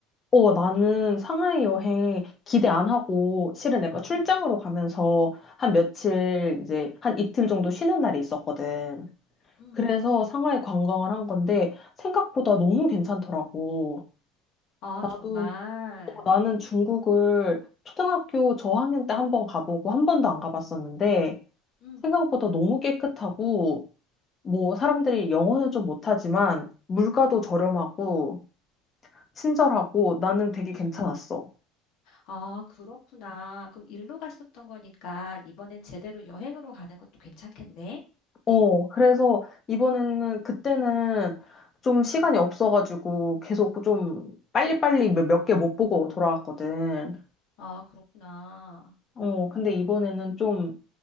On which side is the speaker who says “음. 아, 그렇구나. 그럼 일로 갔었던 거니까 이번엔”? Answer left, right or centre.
Left